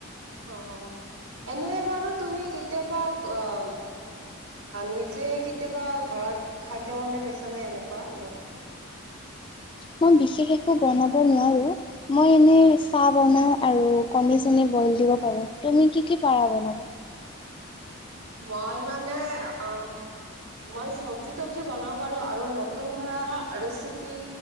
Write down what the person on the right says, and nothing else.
অ', এনে। বাৰু তুমি কেতিয়াবা অ', নিজে কেতিয়াবা ঘৰত খাদ্য বনাই পাইছানে এনেকুৱা ন?
অ',
মই মানে অ', মই চব্জি তবজি বনাব পাৰো। আৰু নতুন ধৰা ৰেচিপি